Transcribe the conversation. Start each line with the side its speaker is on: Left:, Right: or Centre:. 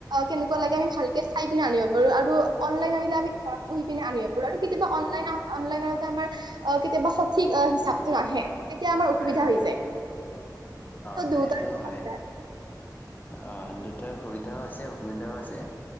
Right: কেনেকুৱা লাগে আমি ভালকে চাই পিনে আনিব পাৰো আৰু অনলাইন আনিলে আমি ঘৰত বহি পিনে আনিব পাৰো আৰু কেতিয়াবা অনলাইন অনলাইন আমাৰ অ কেতিয়াবা সঠিক হিচাপতটো নাহে তেতিয়া আমাৰ
Left: হয়
Right: অসুবিধা
Left: হয়
Right: হৈ যায়
Left: অ
Right: দুয়োটাৰ
Left: সেইটো হয় অ দুটাৰ সুবিধাও আছে অসুবিধাও আছে।